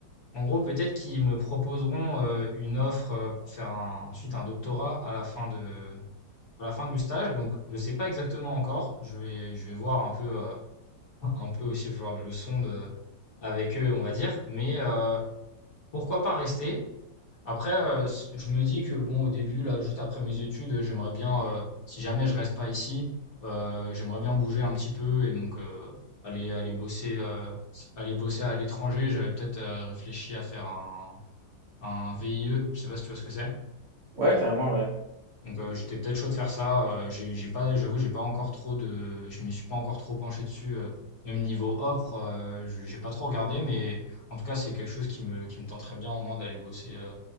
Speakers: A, on the left; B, on the right.
A: En gros, peut-être qu'ils me proposeront euh, une offre euh, pour faire un- ensuite un doctorat à la fin de, à la fin du stage. Donc, je sais pas exactement encore. Je vais, je vais voir un peu, euh, un peu aussi. Il va falloir que je sonde euh, avec eux, on va dire. Mais euh, pourquoi pas rester? Après, euh, s- je me dis que bon, au début, là, juste après mes études, j'aimerais bien, euh, si jamais je reste pas ici, euh, j'aimerais bien bouger un petit peu et donc euh, aller, aller bosser, euh, aller bosser à l'étranger. J'avais peut-être euh, réfléchi à faire un un VIE, je sais pas si tu vois ce que c'est.
B: Ouais, carrément, ouais.
A: Donc euh, j'étais peut-être chaud de faire ça. euh, j'ai j'ai pas, j'avoue, j'ai pas encore trop de, je m'y suis pas encore trop penché dessus. euh, même niveau offre, euh, je- j'ai pas trop regardé, mais en tout cas c'est quelque chose qui me qui me tenterait bien au moins d'aller bosser euh,